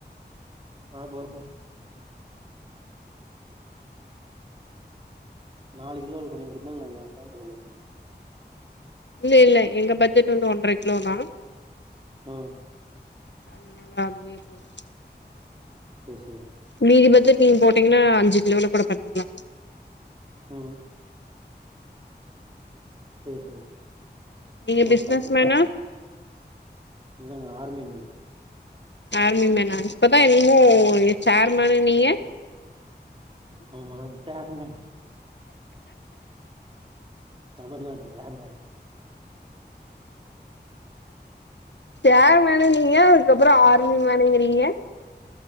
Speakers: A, on the right; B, on the left.
A: ஆ <unintelligible> நாலு கிலோல பண்ணி குடுத்தாலு நா வேண்டான் சொல்ல மாட்ட
B: இல்ல இல்ல எங்க பட்ஜெட் வந்து ஒன்ற கிலோ தா
A: ஓ
B: அதனால அதுவே போது
A: செர் செர்
B: மீதி பட்ஜெட் நீங்க போட்டீங்ன்னா அஞ்சு கிலோல கூட பண்ணீக்ளா
A: உம் செரி செரி
B: நீங்க
A: போட்டா
B: பிசினஸ்
A: போச்சு
B: மேனா
A: இல்லங்க ஆர்மி மேன்
B: ஆர்மி மேனா இப்பதா என்னமோ ஒரு சேர்மேனுன்னீங்க
A: ஆமா சேர்மேனு தமிழ்நாட்டு சேர்மன்
B: சேர்மேன்னுன்னீங்க அதுக்கப்றோ ஆர்மிமேனுங்கிறீங்க